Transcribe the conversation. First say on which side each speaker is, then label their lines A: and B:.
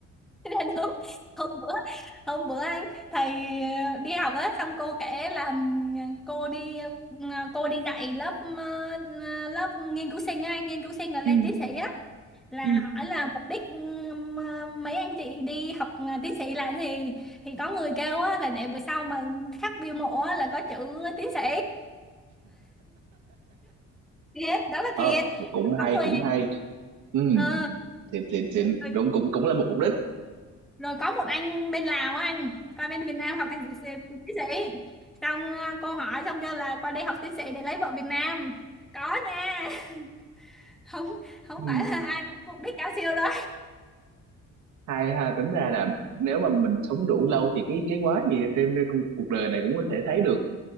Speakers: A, in the centre; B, on the right.
A: Thế nên hôm, hôm bữa hôm bữa anh thầy ờ, đi học á xong cô kể là ừm, cô đi ờ, cô đi dạy lớp ờ, lớp nghiên cứu sinh á, anh nghiên cứu sinh là lên
B: ừ.
A: tiến sĩ á là
B: Ừ.
A: hỏi là mục đích ừm, ờ, mấy anh chị đi học ờ, tiến sĩ là gì thì có người kêu á là để bữa sau mà khắc bia mộ á là có chữ tiến sĩ thiệt đó là
B: ờ
A: thiệt
B: cũng
A: có
B: hay
A: người
B: cũng hay ừ
A: ờ,
B: xịn xịn xịn
A: rồi
B: đúng cũng cũng là một mục đích
A: rồi có một anh bên Lào á anh qua bên Việt Nam học thạc sĩ tiến sĩ xong à, cô hỏi xong kêu là qua đây học tiến sĩ để lấy vợ Việt Nam có nha <laughs> không không
B: ừ.
A: phải là ai cũng mục đích cao siêu đâu
B: hay ha tính ra là nếu mà mình sống đủ lâu thì cái cái quá gì trên cái cu- cuộc đời này cũng có thể thấy được